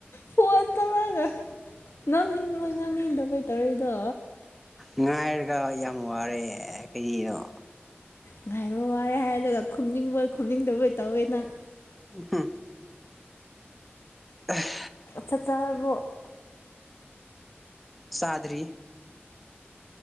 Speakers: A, on the left; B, in the centre.
A: ꯐꯟ ꯇꯔꯒ ꯉꯥꯡꯅꯤꯡꯕꯣꯏ ꯉꯥꯡꯅꯤꯡꯗꯕꯩ ꯇꯧꯔꯦꯗ
B: ꯉꯥꯏꯔꯒ ꯌꯥꯝ ꯋꯥꯔꯦ ꯀꯩꯒꯤꯗꯣ
A: ꯉꯥꯏꯍꯥꯏꯃ ꯋꯥꯔꯦ ꯍꯥꯏꯔꯗꯨꯒ ꯈꯨꯝꯅꯤꯡꯕꯣꯏ ꯈꯨꯝꯅꯤꯡꯗꯕꯣꯏ ꯇꯧꯋꯦ ꯅꯪ
B: ꯍꯥ ꯎ
A: ꯆꯠ ꯆꯔꯕꯣ
B: ꯆꯗꯔꯤ